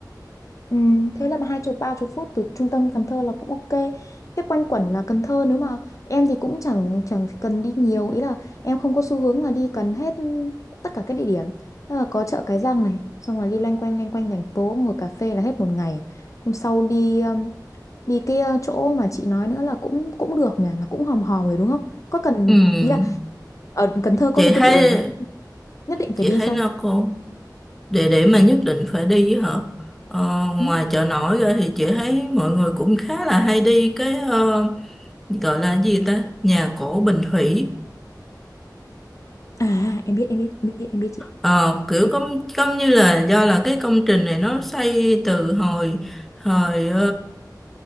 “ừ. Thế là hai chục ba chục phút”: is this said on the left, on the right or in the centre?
Left